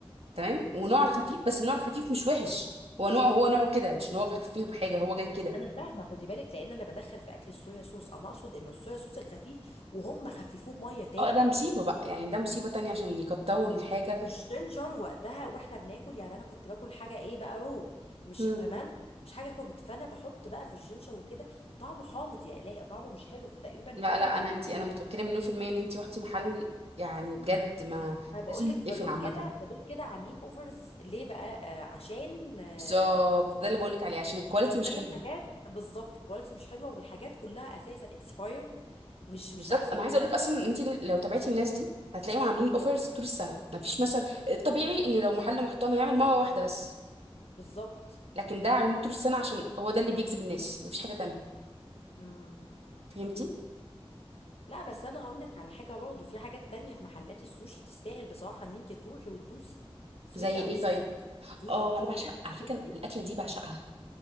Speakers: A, on the right (about 75°); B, on the left (about 75°).
A: تمام ونوع الخفيف بس النوع الخفيف مش وحش هو نوع هو نوعه كده مش ان هو مخففين بحاجه هو جاي كده
B: انا فاهمه خدي بالك لان انا بدخل في اكل الصويا صوص انا اقصد ان الصويا صوص الخفيف وهم خففوه بميه تاني
A: اه ده مصيبه بقى يعني ده مصيبه تانية عشان يكتروا الحاجه
B: والجينجر وقتها واحنا بناكل يعني انا كنت باكل حاجه ايه بقى رو مش
A: مم.
B: تمام مش حاجه كوكد فانا بحط بقى في الجينجر وكده طعمه حامض يا الاقي طعمه مش حلو فتقريبا
A: لا
B: فعلا
A: لا
B: عندي
A: انا انتي انا متاكده مليون في الميه ان انتي رحتي محل يعني بجد ما
B: انا بقول
A: لازم
B: لك فدول
A: تقفل عامه
B: كده فدول كده عاملين اوفرز ليه بقى آه عشان آه
A: بالظبط ده اللي بقولك عليه عشان الكواليتي
B: عشان
A: مش حلوه
B: الحاجات بالظبط الكواليتي مش حلوه والحاجات كلها اساسا اكسباير مش
A: بالظبط
B: مش احسن
A: انا
B: حاجه
A: عايزه اقولك
B: ليك.
A: اصلا ان انتي لو تابعتي الناس دي هتلاقيهم عاملين اوفرز طول السنه ما فيش مثلا الطبيعي ان لو محل محترم هيعمل مره واحده بس
B: بالظبط
A: لكن ده عاملين طول السنه عشان هو ده اللي بيجذب الناس ما فيش حاجه تانية
B: امم
A: فهمتي
B: لا بس انا هقول لك على حاجه برضه في حاجات تانية في محلات السوشي تستاهل بصراحه ان انت تروحي وتدوسي سويت
A: زي
B: اند
A: ايه
B: صور
A: طيب
B: سويت
A: اه
B: اند صور
A: انا بعشق
B: طبعا
A: على فكره
B: بصي
A: الاكله دي بعشقها